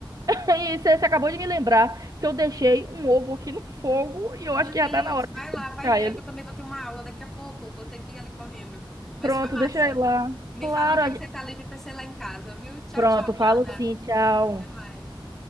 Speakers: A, on the right; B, in the centre.
A: <laughs> e você você acabou de me lembrar que eu deixei um ovo aqui no fogo e eu acho
B: Meu
A: que já
B: Deus,
A: tá na hora
B: vai lá,
A: de buscar
B: vai ver
A: ele.
B: que eu também vou ter uma aula daqui a pouco. Eu vou ter que ir ali correndo. Mas
A: Pronto,
B: foi massa.
A: deixa eu ir lá.
B: Me
A: Claro,
B: fala onde é que você tá livre para ser lá em casa, viu? Tchau,
A: Pronto,
B: tchau, Luana.
A: falo sim, tchau.
B: Até mais.